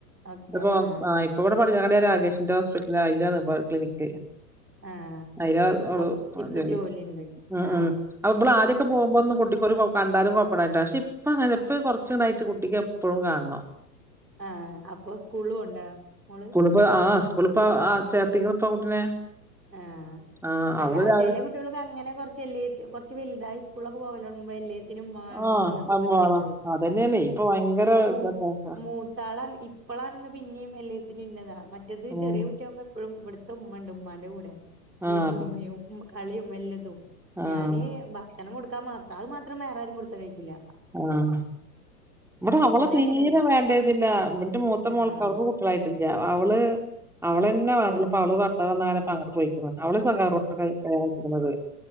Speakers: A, on the right; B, in the centre.
A: ഓക്കെ
B: ഇപ്പൊ
A: ആഹ്
B: ഇവിടെ പഠഞ്ഞ കട രാകേഷിന്റെ ഹോസ്പിറ്റല അതിലാണ് ഇപ്പ ക്ലിനിക്കില്
A: ആഹ്
B: <unintelligible>
A: അപ് ഇപ്പൊ
B: ജോലി
A: ജോലിയുണ്ട്
B: <unintelligible>
A: ആഹ്
B: അപ്പൊ വള് ആദ്യൊക്കെ പോകുമ്പോ ഒന്ന് കുട്ടി കണ്ടാലും കൊഴപ്പ പക്ഷെ ഇപ്പ അങ്ങനെപ്പ കൊറച്ച യിട്ട് കുട്ടിക്ക് എപ്പോഴും കാണണം
A: ആഹ അപ്പൊ സ്കൂളും ഉണ്ടോ മോള്
B: ഇപ്പ ആ സ്കൂളിപ്പ ആ ചേർത്തിക്ണ് പ്പ കുട്ടിനെ
A: ആഹ
B: ആ
A: അല്ല
B: അവള് രാവി
A: ചെല കുട്ടികൾക്ക് അങ്ങനെ കൊറച്ചല്ല കുറച്ച് വലിതായി സ്കൂളൊക്ക പോല്ലോ <unintelligible> വേണോ
B: ആഹ്
A: അങ്ങനത്തെ
B: അമ്മോള
A: ഇത്ണ്ടാവുള്ളൂ
B: അതന്നെയാണ് ഇപ്പൊ ഭയങ്കര
A: ആ
B: വ്യത്യാസാ.
A: മൂത്താള ഇ ഇപ്പളാണെന്ന് പിന്നെയും എല്ലത്തിന ഇന്നതാണ് മറ്റത്
B: ഉം
A: ചെറിയ കുട്ടിയാകുമ്പോ എപ്പോഴും ഇവിടുത്തെ മ്മ ണ്ട് മ്മാ <unintelligible>
B: ആഹ്
A: ഏത് സമയവും കളിയുംല്ലതും
B: ആഹ്
A: ഞാന് ഭക്ഷണം കൊടുക്കാൻ മാത്രം അയ് മാത്രം വേറെ ആരേം കൊടുക്കാനയ്ക്കൂല
B: ആഹ് ഇവിടെ അവള
A: ഇവന്
B: തീരെ
A: അങ്ങനെയല്ല
B: വേണ്ടതില്ല ന്റ് മൂത്ത
A: ആഹ്
B: മോൾക്ക യിട്ട അവള് അവള്ന്നെ വേണള്ളപ്പോ അവ <unintelligible> പോയി അവള് സഖട്ട് <unintelligible> ന്നത്